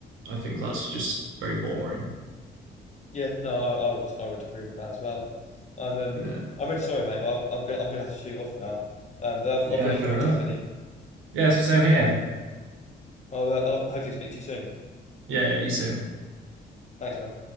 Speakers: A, on the right; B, on the left.
A: I think that's just very boring.
B: Yeah, no, I, I would I would agree with that as well. I'm um
A: Yeah.
B: I'm really sorry, mate, but I'm, I'm gonna I'm gonna have to shoot off now. Um, but
A: Yeah,
B: I've, I've really
A: fair
B: enjoyed
A: enough.
B: chatting with you.
A: Yes, same here.
B: I'll, uh, I'll hopefully speak to you soon.
A: Yeah, yeah, you too.
B: Thanks, man.